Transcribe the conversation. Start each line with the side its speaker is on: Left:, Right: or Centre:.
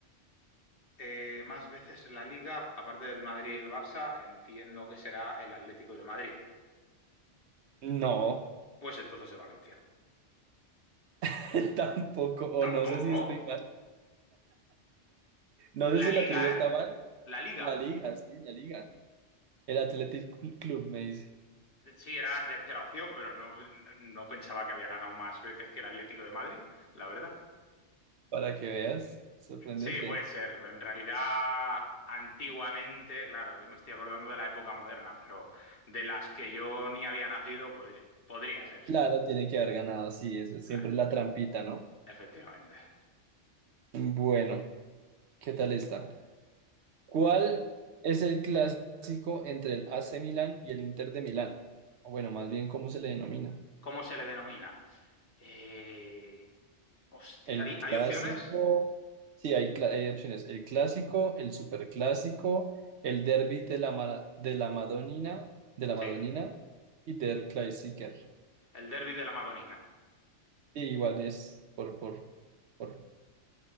Left: Eh, más veces en la liga, aparte del Madrid y el Barça, entiendo que será el Atlético de Madrid.
Right: No,
Left: Pues entonces el Valencia.
Right: <laughs> tampoco, o
Left: Tampoco.
Right: no sé si estoy mal. No sé
Left: La
Right: si
Left: liga,
Right: la trivia está
Left: ¿eh?
Right: mal.
Left: La liga.
Right: La liga, sí, la liga. El Athletic Club me dice,
Left: Sí, era la tercera opción, pero no, no pensaba que había ganado más veces que el Atlético de Madrid, la verdad.
Right: para que veas, sorprendente.
Left: Sí, puede ser. En realidad, antiguamente, claro, yo me estoy acordando de la época moderna, pero de las que yo ni había nacido, podri- podría ser, sí.
Right: Claro, tiene que haber ganado, sí, eso siempre
Left: Claro,
Right: es la trampita, ¿no?
Left: efectivamente.
Right: Bueno, ¿qué tal está? ¿Cuál es el clásico entre el AC Milán y el Inter de Milán? O bueno, más bien, ¿cómo se le denomina?
Left: ¿Cómo se le denomina? Eh, Hostia,
Right: El
Left: ¿hay,
Right: clásico,
Left: hay opciones?
Right: sí, hay, cla- hay opciones. El clásico, el superclásico, el derby de la, Mara- de la Madonina, de la
Left: Sí,
Right: Madonina y Der Klassiker.
Left: el derbi de la Madonina.
Right: Y igual es por, por, por,